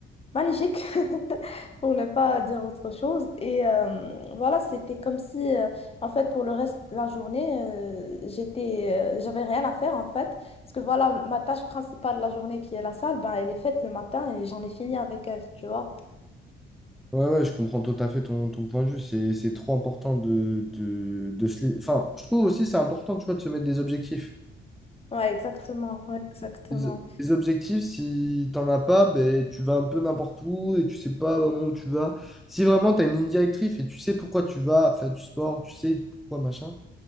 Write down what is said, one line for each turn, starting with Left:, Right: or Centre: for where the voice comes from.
Left: magnifique, <laughs> pour ne pas dire autre chose. Et euh, voilà, c'était comme si, euh, en fait, pour le reste de la journée, euh, j'étais, euh, j'avais rien à faire, en fait. Parce que voilà, ma tâche principale de la journée, qui est la salle, ben, elle est faite le matin et j'en ai fini avec elle, tu vois.
Centre: Ouais, ouais, je comprends tout à fait ton, ton point de vue. C'est, c'est trop important de, de, de se. les- Enfin, je trouve aussi c'est important, tu vois, de se mettre des objectifs.
Left: Ouais, exactement, ouais, exactement.
Centre: Les les objectifs, si t'en as pas, ben, tu vas un peu n'importe où et tu sais pas vraiment où tu vas. Si vraiment tu as une ligne directrice et tu sais pourquoi tu vas faire du sport, tu sais pourquoi machin,